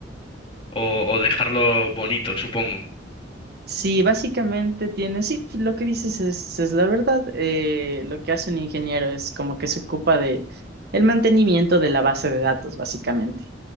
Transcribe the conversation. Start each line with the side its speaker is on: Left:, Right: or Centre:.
Left: o, o dejarlo bonito, supongo.
Right: sí, básicamente tiene, sí, pues, lo que dices es, es la verdad. Eh, lo que hace un ingeniero es como que se ocupa de el mantenimiento de la base de datos, básicamente.